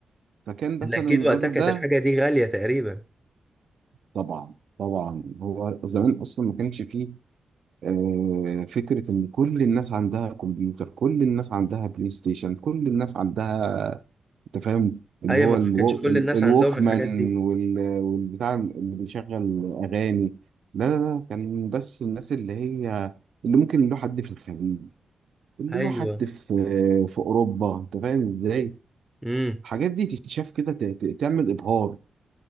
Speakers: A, on the right; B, in the centre.
A: فكان مثلا
B: ان اكيد
A: الراجل
B: وقتها كانت
A: ده
B: الحاجه دي غاليه تقريبا
A: طبعا طبعا هو زمان اصلا ما كانش فيه آه، فكرة إن كل الناس عندها كمبيوتر كل الناس عندها بلاي ستيشن كل الناس عندها أنت فاهم اللي
B: ايوه
A: هو
B: ما
A: الو...
B: كانش كل
A: ال-
B: الناس
A: الووكمان
B: عندهم الحاجات دي
A: وال... والبتاع اللي بيشغل أغاني لا لا لا كان بس الناس اللي هي اللي ممكن له حد في الخليج اللي
B: ايوه
A: له حد في في أوروبا أنت فاهم إزاي
B: امم
A: الحاجات دي تتشاف كده ت... ت- تعمل إبهار